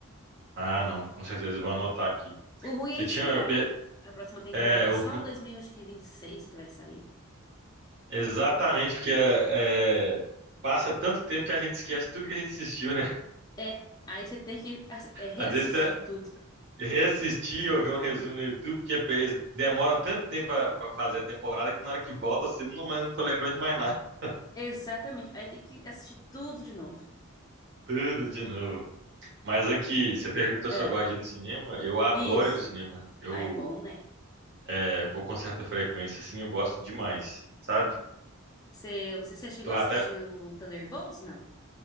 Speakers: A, on the right (about 55°); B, on the left (about 15°).
A: Ah, não, com certeza eu vou anotar aqui.
B: O ruim
A: Você
B: é esperar,
A: tinha. pe-
B: né? A próxima temporada,
A: É, o-
B: só 2026 que vinte e seis que vai sair.
A: exatamente, porque é, é, passa tanto tempo que a gente esquece tudo que a gente assistiu, né?
B: É, aí você tem que ass- é, reassistir
A: Às vezes é,
B: tudo.
A: Reassistir ou ver um resumo no YouTube, porque eles demoram tanto tempo pra pra fazer a temporada que na hora que volta assim, não, mas eu não tô lembrando de mais nada. <laughs>
B: Exatamente, aí tem que assistir tudo de novo.
A: Tudo de novo. Mas aqui, você perguntou
B: É,
A: se eu gosto de ir no cinema. Eu adoro
B: isso.
A: ir no cinema. Eu
B: Ah, é bom, né?
A: é, vou com certa frequência, assim, eu gosto demais, sabe?
B: Você, você, você chegou
A: Tô
B: a
A: até
B: assistir o Thunderbolts? Não.